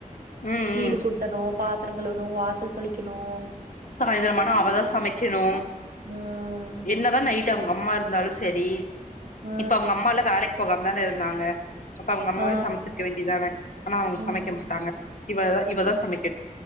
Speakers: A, on the left; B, on the right.
A: ம் ம்
B: வீடு கூட்டணு பாத்தரங் கழுவணு வாசல் தொளிக்கணு
A: சாயந்திரமானா அவதா சமைக்கணு
B: ம்
A: என்னதா நைட் ட்டு அவங்க அம்மா இருந்தாலு சரி
B: ஆ
A: இப்ப அவங்க அம்மாலா வேலைக்கு போகாம தான இருந்தாங்க அப்ப அவங்க அம்மாவே
B: ஆ ஆ
A: சமைச்சிருக்க வேண்டியதானே ஆனா அவங்க சமைக்க
B: ம்
A: மாட்டாங்க இவ இவதா சமக்